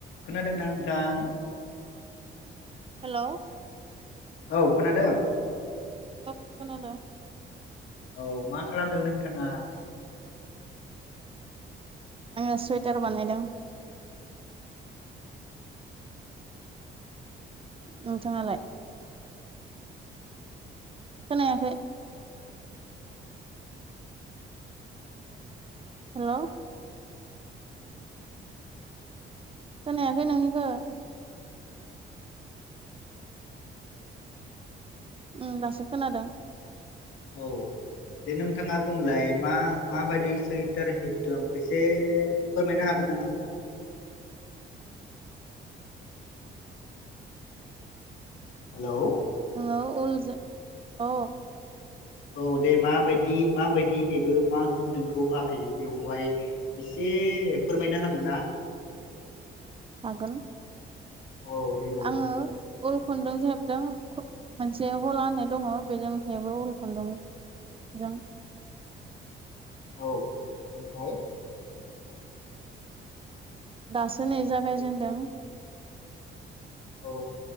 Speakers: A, on the left; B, on the right.
A: खोनादोंना नोंथां।
B: हेलौ।
A: औ खोनादों।
B: औ खोनादों।
A: औ मा खालामदों नोंथाङा?
B: आङो सुइटार बानायदों। नोंथाङालाय खोनायाखै। हेलौ। खोनायाखै नोंनिखौ। ओम दासो खोनादों।
A: औ दे नोंथाङा बुंलाय मा माबायदि सुइटार हेबदों एसे फोरमायनो हागोन नामा नोंथां। हेलौ।
B: <inaudible> उलजो औ
A: औ दे माबायदि माबायदि हेबो मा खोन्दोंखौ बाहायो बेवहाय एसे फोरमायनो हागोन ना?
B: हागोन।
A: औ देलाय
B: आङो उल खुन्दुंजो हेबदों मोनसे हला होननाय दङ बेजों हेबो उल खुन्दुं जों
A: औ ओमफ्राय।
B: दासो नै जागायजेनदों।
A: औ